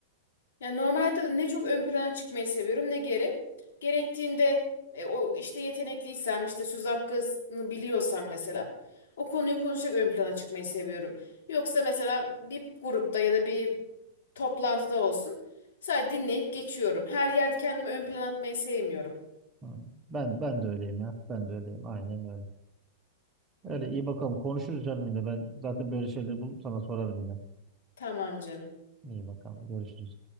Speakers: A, on the left (about 80°); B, on the right (about 20°).
A: Yani normal hayatta da ne çok ön plana çıkmayı seviyorum ne geri. Gerektiğinde e, o işte yetenekliysem işte söz hakkını biliyorsam mesela o konuyu konuşarak ön plana çıkmayı seviyorum. Yoksa mesela bir grupta ya da bir toplantıda olsun sadece dinleyip geçiyorum. Her yerde kendimi ön plana atmayı sevmiyorum.
B: Ha, Ben ben de öyleyim ya. Ben de öyleyim. Aynen öyle. Öyle iyi bakalım. Konuşuruz canım yine. Ben zaten böyle şeyleri bulup sana sorarım yine.
A: Tamam canım.
B: İyi bakalım. Görüşürüz.